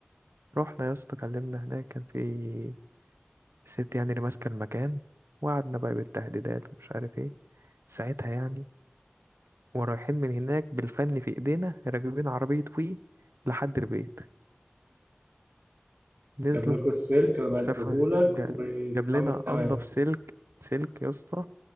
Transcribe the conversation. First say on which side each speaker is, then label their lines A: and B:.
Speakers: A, on the right (about 85°); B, on the right (about 45°).
A: رحنا يا اسطى كلمنا هناك كان في الست يعني اللي ماسكة المكان وقعدنا بقى بالتهديدات ومش عارف ايه ساعتها يعني ورايحين من هناك بالفن في ايدينا راكبين عربية وي لحد البيت نزلوا
B: جاب لكم السلك وأنا
A: شاف
B: بديهولك
A: جا-
B: وتمام
A: جاب لنا
B: التمام
A: انضف سلك سلك يا اسطى